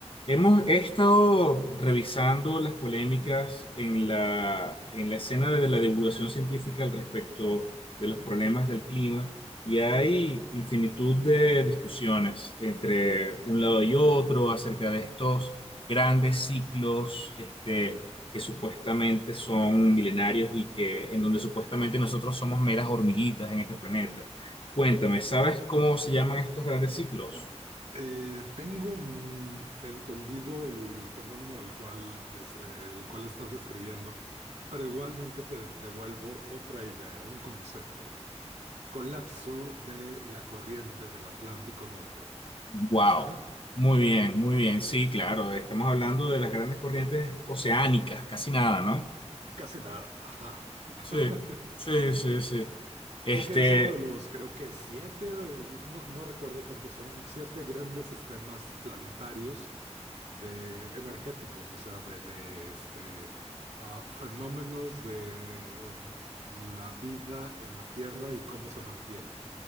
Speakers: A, on the left; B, on the right.
A: Hemos he estado revisando las polémicas en la, en la escena de la divulgación científica al respecto de los problemas del clima y hay infinitud de discusiones entre un lado y otro acerca de estos grandes ciclos este, que supuestamente son milenarios y que en donde supuestamente nosotros somos meras hormiguitas en este planeta. Cuéntame, ¿sabes cómo se llaman estos grandes ciclos?
B: Eh, tengo mm, entendido el fenómeno al cual, des- eh, el cual estás describiendo, pero igualmente te devuelvo otra idea, un concepto. Colapso de la corriente del Atlántico Norte.
A: Wow,
B: ¿Te suena?
A: muy bien, muy bien. Sí, claro, estamos hablando de las grandes corrientes oceánicas, casi nada, ¿no?
B: Casi nada. Ajá. <laughs>
A: Sí, sí, sí, sí. Este,
B: Sí que es uno de los, creo que siete, eh, no, no recuerdo cuántos son, siete grandes sistemas planetarios de energéticos, o sea, de, de, este, ah, fenómenos de eh, la vida en la Tierra y cómo se mantiene.